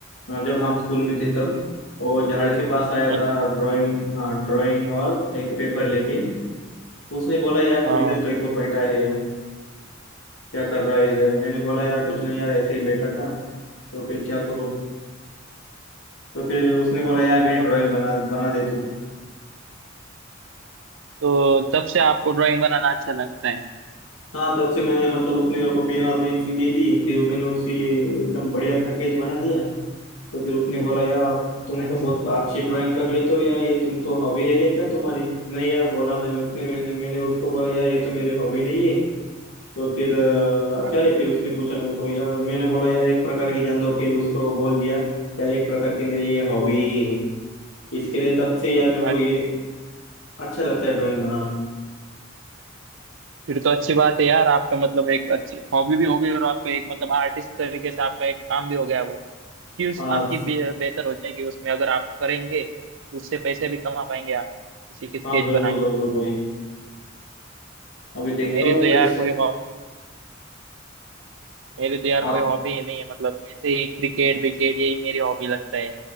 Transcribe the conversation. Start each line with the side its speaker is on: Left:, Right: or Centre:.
Left: अ, जब हम स्कूल में थे तब वो झाड़ के पास आया
Right: अच्छा
Left: था ड्राइंग हाँ ड्राइंग और एक पेपर लेके उसने बोला यार
Right: हाँ
Left: तू इधर कहीं को बैठा है क्या कर रहा है इधर मैंने बोला यार कुछ नहीं यार ऐसे ही बैठा था तो फिर क्या करूँ तो फिर उसने बोला यार मेरी
Right: तो तब
Left: ड्राइंग बना बना दे तू
Right: तो तब से आपको ड्राइंग बनाना अच्छा लगता है
Left: हाँ तब से मैंने मतलब उसने मेरे को पेन और पेंसिल दे दी फिर मैंने उसी एकदम बढ़िया सा स्केच बना दिया तो फिर उसने बोला यार आप तुम तो बहुत अच्छी ड्राइंग कर लेते हो यार ये तुम तो हॉबी है या क्या तुम्हारी नहीं यार बोला नहीं उसने मैंने मैंने उसको बोला यार ये तो मेरी हॉबी नहीं है तो फिर अ,
Right: हाँ
Left: क्या है फिर उसने पूछा मेरे को यार मैंने बोला यार एक प्रकार की जान दो कि उसको बोल दिया यार एक प्रकार की मेरी ये हॉबी ही है इसके लिए तब से यार मेरे को
Right: हाँ,
Left: ये अच्छा लगता है ड्राइंग बनाना
Right: फिर तो अच्छी बात है यार आपका मतलब एक अच्छी हॉबी भी हो गई और आपका एक मतलब आर्टिस्ट तरीके से आपका एक काम भी हो गया वो स्किल्स
Left: हाँ
Right: आपकी बे- बेहतर हो जाएगी उसमें अगर आप करेंगे तो उससे पैसे भी कमा पाएंगे आप किसी की स्केच
Left: हाँ जरूर
Right: बना के
Left: जरूर भाई अभी देखता
Right: मेरी
Left: हूँ
Right: तो यार
Left: कैसे
Right: कोई हॉबी मेरी तो यार
Left: आप
Right: कोई हॉबी ही नहीं है मतलब मैं से ही क्रिकेट विकेट यही मेरी हॉबी लगता है